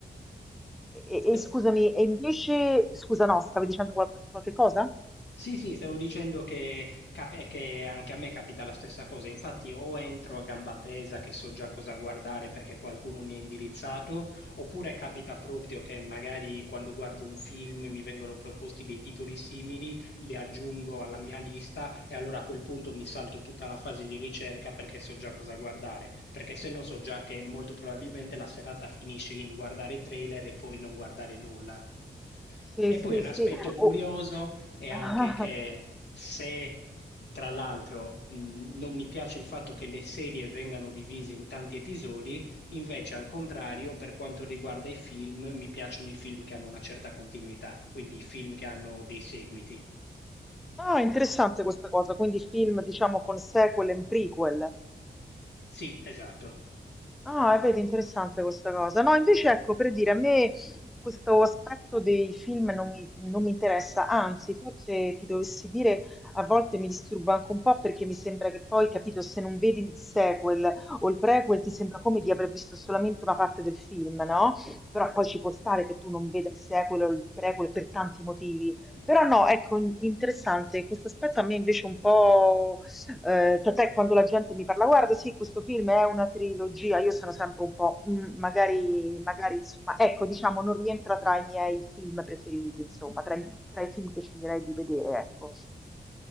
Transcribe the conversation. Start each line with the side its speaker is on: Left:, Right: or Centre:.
Centre: e-
Left: No.
Centre: e scusami, e invece, scusa, no, stavi dicendo qualche, qualche cosa?
Left: Sì, sì, stavo dicendo che, cap- eh, che anche a me capita la stessa cosa. Infatti, o entro a gamba tesa che so già cosa guardare perché qualcuno mi ha indirizzato, oppure capita proprio che magari quando guardo un film mi vengono proposti dei titoli simili, li aggiungo alla mia lista e allora a quel punto mi salto tutta la fase di ricerca perché so già cosa guardare. Perché se no so già che molto probabilmente la serata finisce in guardare trailer e poi non guardare nulla.
Centre: Sì,
Left: E
Centre: sì,
Left: poi un
Centre: sì.
Left: aspetto curioso
Centre: Oh.
Left: e anche
Centre: Ah,
Left: che se tra l'altro mh, non mi piace il fatto che le serie vengano divise in tanti episodi, invece al contrario, per quanto riguarda i film, mi piacciono i film che hanno una certa continuità, quindi i film che hanno dei seguiti.
Centre: ah, interessante questa cosa, quindi film, diciamo, con sequel e prequel.
Left: Sì, esatto.
Centre: Ah, e vedi, interessante questa cosa. No, invece ecco, per dire, a me questo aspetto dei film non mi, non mi interessa, anzi, forse ti dovessi dire, a volte mi disturba anche un po' perché mi sembra che poi, capito, se non vedi il sequel o il prequel ti sembra come di aver visto solamente una parte del film, no? Però poi ci può stare che tu non veda il sequel o il prequel per tanti motivi. Però no, ecco, in- interessante, questo aspetto a me invece un po' Eh, tant'è quando la gente mi parla, guarda, sì, questo film è una trilogia, io sono sempre un po', "Mm, magari, magari, insomma, ecco, diciamo, non rientra tra i miei film preferiti, insomma, tra, i tra i film che sceglierei di vedere, ecco.